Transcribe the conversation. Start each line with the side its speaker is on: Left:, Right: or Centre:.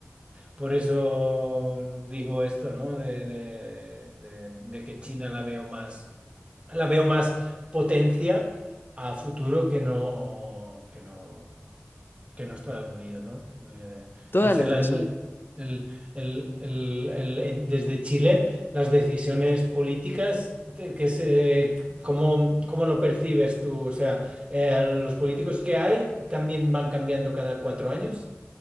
Right: por eso digo esto, ¿no? De, de- de- de que China la veo más, la veo más potencia a futuro que no, que no que no Estados Unidos, ¿no? Eh,
Left: toda
Right: no sé,
Left: la razón.
Right: la- el- el- el- el- el- en- desde Chile, las decisiones políticas, te- que se, ¿cómo, cómo lo percibes tú? O sea, eh, los políticos que hay también van cambiando cada cuatro años.